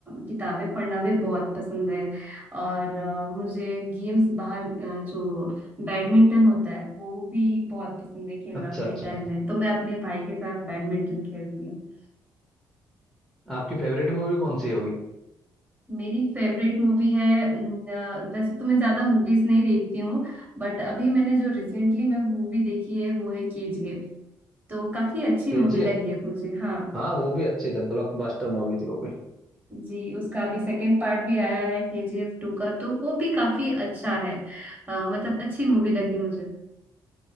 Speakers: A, on the right (about 20°); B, in the centre.
A: किताबें पढ़ना भी बहुत पसंद है और अ, मुझे गेम्स बाहर अ, जो बैडमिंटन होता है वो भी बहुत पसंद है खेलना
B: अच्छा
A: फ्री
B: अच्छा
A: टाइम में तो मैं अपने भाई के साथ बैडमिंटन खेलती हूँ
B: आपकी फेवरेट मूवी कौन सी होगी
A: मेरी फेवरेट मूवी है न- वैसे तो मैं ज्यादा मूवीज नहीं देखती हूँ बट अभी मैंने जो रिसेंटली मैं मूवी देखी है वो है केजीएफ तो काफी अच्छी
B: केजीएफ
A: मूवी लगी है मुझे हाँ
B: हाँ वो भी अच्छी थी ब्लॉकबस्टर मूवी थी वो भी
A: जी उसका अभी सेकंड पार्ट भी आया है केजीएफ टू का तो वो भी काफी अच्छा है अ, मतलब अच्छी मूवी लगी मुझे